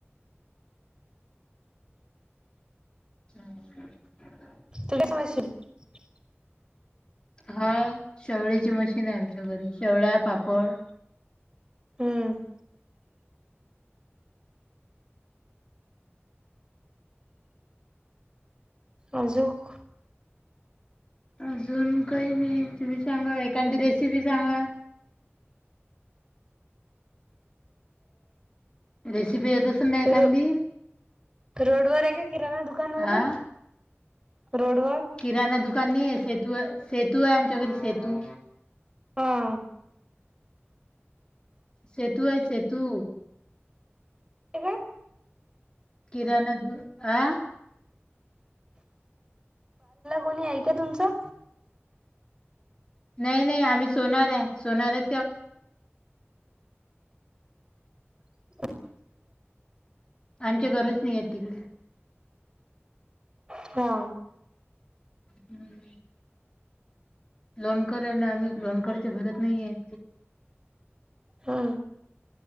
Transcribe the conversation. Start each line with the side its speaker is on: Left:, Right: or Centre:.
Left: <unintelligible>
Right: <unintelligible>
Left: हा शेवळ्याची मशीन आहे आमच्या घरी शेवळ्या पापड
Right: हम्म अजुक
Left: अजून काही नाही तुम्ही सांगा एखादी रेसिपी सांगा. रेसिपी येत. ना एकांदी
Right: रो रोडवर आहे का किराणा दुकानवाले
Left: अ
Right: रोडवर
Left: किराणा दुकान नाही आहे सेतू सेतू आहे आमच्या घरी सेतू
Right: हा
Left: सेतू आहे सेतू
Right: <unintelligible>
Left: किराण आ.
Right: कोणी आहे का तुमचं.
Left: नाही नाही अम्हि सोनार आहे सोनार.
Right: <unintelligible>
Left: आमच्या घरच नाहीय तिकडे.
Right: हा.
Left: हम्म. लोनकर हाय ना आम्ही लोनकरचे घरच नाहीय.
Right: हा.